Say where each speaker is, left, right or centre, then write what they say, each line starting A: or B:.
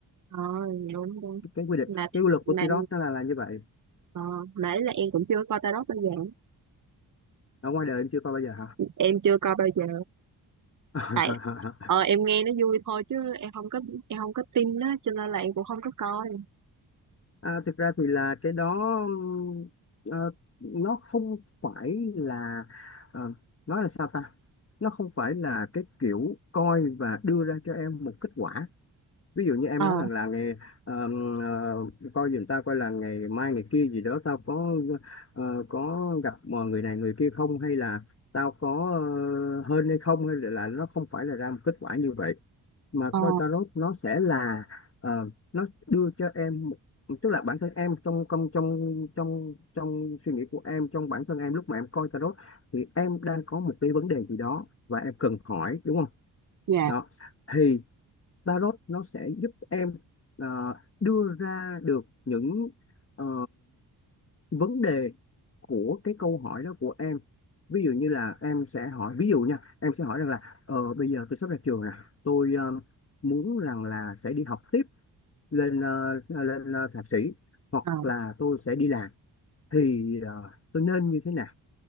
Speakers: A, on the right; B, on the left.
A: oh, đúng đúng
B: cái quy định
A: mà
B: cái quy luật của
A: mà
B: Tirok nó là là như vậy
A: ờ, mà ấy là em cũng chưa coi tarot bao giờ
B: ở ngoài đời em chưa coi bao giờ
A: em chưa coi bao giờ
B: hả
A: tại
B: <laughs>
A: ờ, em nghe nó vui thôi chứ em không có em không có tin á cho nên là em cũng không có coi
B: À, thực ra thì là cái đó ừm, ờ, nó không phải là ờ, nói là sao ta nó không phải là cái kiểu coi và đưa ra cho em một kết quả ví dụ như em
A: ờ,
B: nói rằng là ngày ờm, ờ, coi giùm tao coi là ngày mai ngày kia gì đó tao có ờ, có gặp mà người này người kia không hay là tao có ờ, hên hay không hay là nó không phải là ra một kết quả như vậy mà
A: ờ,
B: coi tarot nó sẽ là ờ, nó đưa cho em một- tức là bản thân em trong trong trong trong trong suy nghĩ của em trong bản thân em lúc mà em coi tarot thì em đang có một cái vấn đề gì đó và em cần hỏi đúng không
A: dạ,
B: đó thì tarot nó sẽ giúp em ờ, đưa ra được những ờ, vấn đề của cái câu hỏi đó của em ví dụ như là em sẽ hỏi ví dụ nha em sẽ hỏi rằng là ờ, bây giờ tôi sắp ra trường nè tôi ờ, muốn rằng là sẽ đi học tiếp lên ờ, lên ờ, thạc sĩ hoặc
A: ờ.
B: là tôi sẽ đi làm thì ờ, tôi nên như thế nào